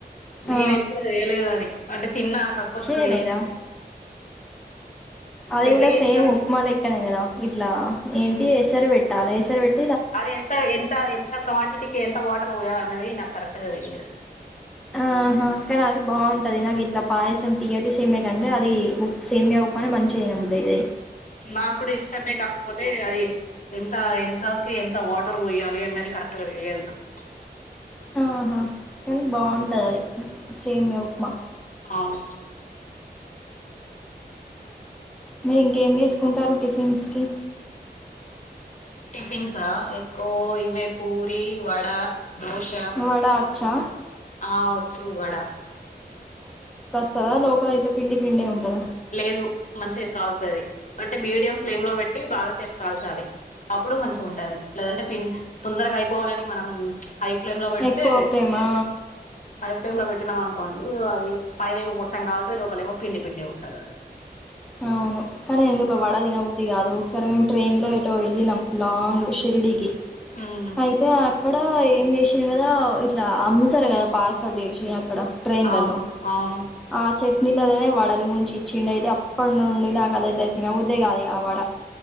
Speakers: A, on the left; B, in the centre.
A: నేను
B: ఆ
A: ఎప్పుడ చేయలేదు అది అంటే తిన్నా కాకపోతే
B: చేయలేదా
A: చేయలే
B: అది
A: ఎట్లా
B: కూడా
A: చేస్తారు
B: సేమ్ ఉప్మా లెక్కనే కదా ఇట్లా ఏంటి ఏసరి పెట్టాలి ఏసరి పెట్ట
A: అది ఎంత ఎంత ఎంత క్వాంటిటీకి ఎంత వాటర్ పోయాలి అన్నది నాకు కరెక్ టి
B: ఆహా కానీ అది బాగుంటది నాకు ఇట్లా పాయసం తీయటి సేమయ కంటే అది సేమయ ఉప్పుని మంచిదినా బద్దు అది
A: నాకు కూడా ఇష్టమే కాకపోతే అది ఎంత ఎంతకి ఎంత వాట ర పోయ్యాలి అనేది కరక్ట్ థెలియధు నక్
B: ఆహా కానీ బాగుంటది అది సెమ్యా ఉప్మా
A: అవును
B: మీరు ఇంకేం చేసుకుంటారు టిఫిన్స్ కి
A: టిఫిన్సా ఎక్కువ ఇవే పూరి వడ దోశ
B: వడ అచ్చా?
A: ఆ వచ్చు వడ
B: కదా లోపల ఇట్ల పిండి పిండే ఉంటద
A: లేదు మంచిగా కాలుతది అంటే మీడియం ఫ్లేమ్ లో పెట్టి బాగాసేపు కాల్చాలి అప్పుడు మంచిగా ఉంటది లేదంటే పిం తొందరగా అయిపోవాలని మనం హై ఫ్లేమ్ లో పెడితే
B: ఎక్కువ ఫ్లేమా?
A: హై ఫ్లేమ్ లో పెట్టినాం అను కోన్ ఇగ అది పైనేమో మొత్తం కల్తాది లోపలేమో పిండి పిండే ఉంది టది అది
B: అవును కానీ ఎందుకు వడ తినబుద్ధది కాదు ఒకసారి మేము ట్రైన్ లో ఎటో వెళ్ళినం లాంగ్ షిరిడికి
A: ఉమ్
B: అయితే అక్కడ ఏం చేసిన కదా ఇట్లా అమ్ముతారు కదా పర్సలు చేసి అక్కడ ట్రైన్లలో
A: అవును అవును
B: ఆ చె ట్నీలల్లోనే వడలు ముంచి ఇచ్చిండి అయితే అప్ ఉందండీ నాకు అదైతే తినబుద్దే కాదు ఇగ ఆ వడ